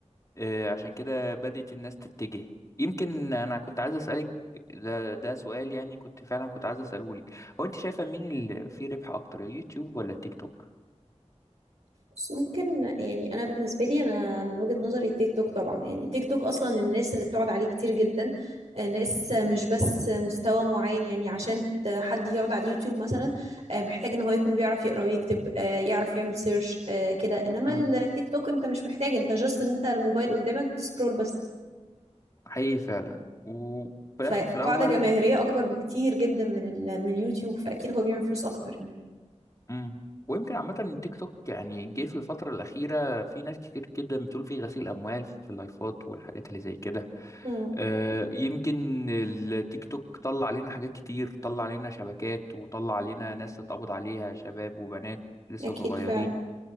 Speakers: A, on the left; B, on the right.
A: آه، عشان كده بدأت الناس تتجه يمكن انا كنت عايز اسالك ده ده سؤال يعني كنت فعلا كنت عايز اساله لك هو انت شايفه مين اللي فيه ربح اكتر اليوتيوب ولا التيك توك
B: بس ممكن يعني أنا بالنسبة لي أنا من وجهة نظري تيك توك طبعا يعني تيك توك أصلا الناس اللي بتقعد عليه كتير جدا آه، ناس مش بس مستوى معين يعني عشان ت- حد يقعد على اليوتيوب مثلا آه، محتاج إن هو يكون بيعرف يقرأ ويكتب آه، يعرف يعمل سيرش كده إنما
A: امم
B: التيك توك أنت مش محتاج أنت جاست إن أنت الموبايل قدامك بتسكرول بس
A: حقيقي فعلا وفي
B: فقاعدة
A: الاخر في الاول
B: جماهيرية أكبر بكتير جدا من ال من اليوتيوب فأكيد هو بيعمل فلوس أكتر يعني
A: مم. ويمكن عامة تيك توك يعني جه في الفترة الأخيرة في ناس كتير جدا بتقول فيه غسيل أموال في اللايفات والحاجات اللي زي كده
B: امم
A: آه، يمكن التيك توك طلع علينا حاجات كتير طلع علينا شبكات وطلع علينا ناس اتقبض عليها شباب وبنات لسه
B: اكيد
A: صغيرين
B: فعلا